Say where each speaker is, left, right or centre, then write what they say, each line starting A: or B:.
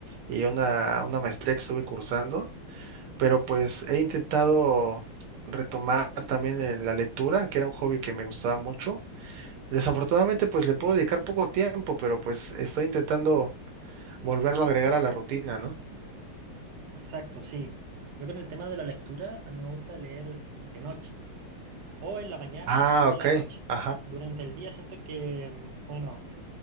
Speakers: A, on the right; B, on the right.
A: y una, una maestría que estuve cursando. Pero pues he intentado retomar también eh, la lectura, que era un hobby que me gustaba mucho. Desafortunadamente, pues le puedo dedicar poco tiempo, pero pues estoy intentando volverlo a agregar a la rutina, ¿no?
B: Exacto, sí. Yo con el tema de la lectura, a mí me gusta leer de noche, o en la mañana
A: Ah,
B: o
A: ok.
B: en la noche.
A: Ajá.
B: Durante el día siento que, mm, bueno,